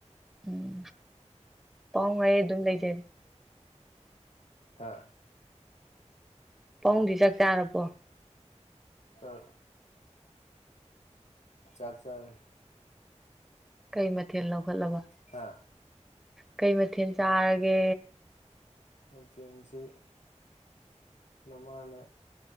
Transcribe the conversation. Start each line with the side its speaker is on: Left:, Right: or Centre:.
Centre: ꯎꯝ ꯄꯥꯎꯪ ꯑꯩ ꯑꯗꯨꯝ ꯂꯩꯖꯔꯤ
Left: ꯍꯥꯥ
Centre: ꯄꯥꯕꯨꯡꯗꯤ ꯆꯥꯛ ꯆꯥꯔꯕꯣ
Left: ꯆꯥꯛ ꯆꯥꯛ ꯆꯔꯦ
Centre: ꯀꯩ ꯃꯊꯦꯜ ꯂꯧꯈꯠꯂꯕ
Left: ꯍꯥ
Centre: ꯀꯩ ꯃꯊꯦꯜ ꯆꯥꯔꯒꯦ
Left: ꯃꯇꯦꯟꯁꯤ ꯅꯃꯥꯅ